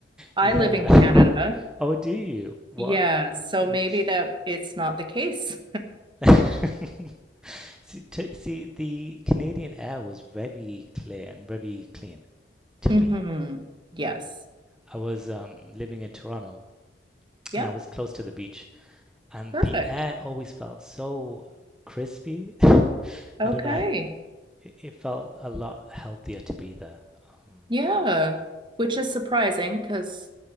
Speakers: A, on the right; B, in the centre.
A: I
B: Yeah.
A: live in Canada.
B: <laughs> Oh, do you? What?
A: Yeah, so
B: Which?
A: maybe that it's not the case.
B: <laughs> See, to, see, the Canadian air was very clear and very clean to
A: <laughs>
B: me.
A: hmm Yes.
B: I was um, living in Toronto
A: Yep.
B: and I was close to the beach, and
A: Perfect.
B: the air always felt so crispy. <laughs> I
A: Okay.
B: don't know, how- it it felt a lot healthier to be there. Um,
A: Yeah. Which is surprising because